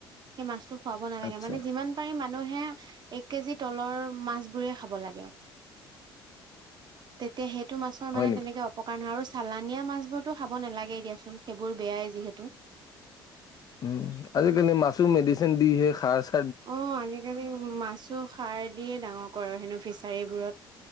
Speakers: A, on the right (about 35°); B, on the left (about 30°).
A: সেই মাছটো খোৱাব নালাগে।
B: আচ্ছা
A: মানে, যিমান পাৰি মানুহে, এক কেজি তলৰ, মাছবোৰে খাব লাগে। তেতিয়া, সেইটো মাছৰ
B: হয়
A: মানে,
B: নেকি?
A: তেনেকে অপকাৰ নহয়। আৰু চালানিয়া মাছবোৰতো খাব নালাগে, দিয়াচোন। সেইবোৰ, বেয়াই যিহেতু।
B: উম, আজিকালি মাছো মেডিচিন দিহে, সাৰ আছে।
A: অ'! আজিকালি মাছো, সাৰ দিয়ে ডাঙৰ কৰে, হেনোঁ ফিচাৰী বোৰত।